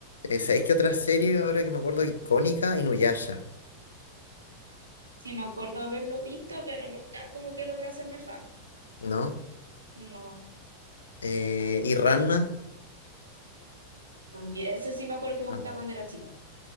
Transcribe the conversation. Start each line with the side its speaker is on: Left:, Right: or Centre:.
Left: Eh, ¿sabéis qué otra serie ahora que me acuerdo icónica? Inuyasha,
Right: sí me acuerdo haberlo visto, pero nunca como que logré hacerme fan.
Left: ¿no?
Right: No,
Left: Eh, ¿y Ranma?
Right: también, ese sí me acuerdo que me
Left: No.
Right: gustaba cuando era chica.